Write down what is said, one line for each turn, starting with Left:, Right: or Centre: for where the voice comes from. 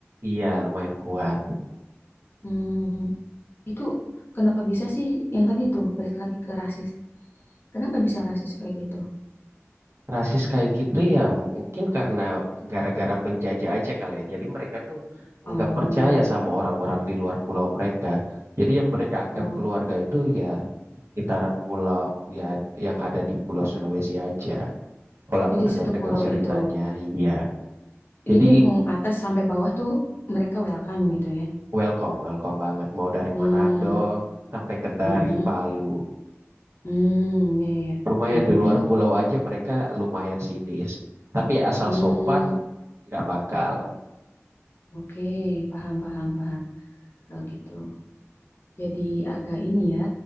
Right: Iya, lumayan kuat.
Left: Hmm, itu kenapa bisa sih yang tadi tuh balik lagi ke rasis? Kenapa bisa rasis kayak gitu?
Right: Rasis kayak gitu ya mungkin karena gara-gara penjajah aja kali ya. Jadi mereka tuh
Left: Oh,
Right: nggak percaya sama orang-orang di luar pulau mereka. Jadi yang mereka anggap
Left: oh,
Right: keluarga itu ya itaran pulau ya yang ada di Pulau Sulawesi aja. Kalau aku
Left: Oh, jadi
Right: dengar-dengar
Left: satu pulau
Right: ceritanya,
Left: itu.
Right: iya. Jadi
Left: Jadi mau atas sampai bawah tuh mereka welcome gitu ya.
Right: welcome, welcome banget. Mau dari
Left: Hmm,
Right: Manado sampai Kendari,
Left: mm-mm. hmm,
Right: Palu.
Left: Hmm, ya, ya. ya.
Right: Lumayan
Left: Yang
Right: di
Left: penting,
Right: luar pulau aja mereka lumayan sinis. Tapi asal
Left: hmm,
Right: sopan nggak bakal.
Left: oke, Paham, paham, paham. Kalau gitu. Jadi agak ini ya,